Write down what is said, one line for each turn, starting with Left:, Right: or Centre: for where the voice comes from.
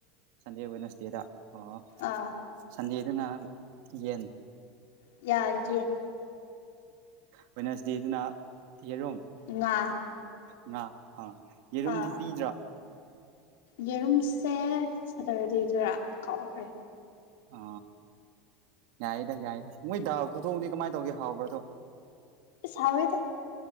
Right: ꯁꯟꯗꯦ ꯋꯦꯅꯁꯗꯦꯗ ꯑꯣ
Left: ꯑꯥ
Right: ꯁꯟꯗꯦꯗꯨꯅ ꯌꯦꯟ
Left: ꯌꯥ ꯌꯦꯟ
Right: ꯋꯦꯅꯔꯁ ꯗꯦꯗꯨꯅ ꯌꯦꯔꯨꯝ
Left: ꯉꯥ
Right: ꯉꯥ ꯑꯥ ꯌꯦꯔꯨꯝꯗꯤ
Left: ꯑꯥ
Right: ꯄꯤꯗ꯭ꯔꯥ
Left: ꯌꯦꯔꯨꯝꯁꯦ ꯁꯇꯔꯗꯦꯗ ꯀꯥꯎꯈ꯭ꯔꯦ
Right: ꯑ ꯌꯥꯏꯌꯦꯗ ꯌꯥꯏꯗ ꯃꯣꯏ ꯗꯥꯎ ꯈꯨꯗꯣꯡꯗꯤ ꯀꯃꯥꯏꯅ ꯇꯧꯒꯦ ꯍꯥꯎꯕꯗꯣ
Left: ꯁꯥꯕ ꯇ